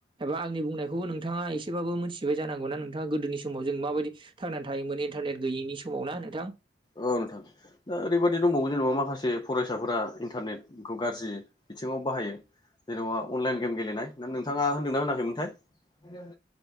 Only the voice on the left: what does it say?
औ नोंथां दा ओरैबायदि दंबावो जेनेबा माखासे फरायसाफोरा इन्टारनेटखौ गाज्रि बिथिङाव बाहायो जेनेबा अनलाइन गेम गेलेनाय दा नोंथाङा होनदोंना होनाखैमोनथाय? <unintelligible>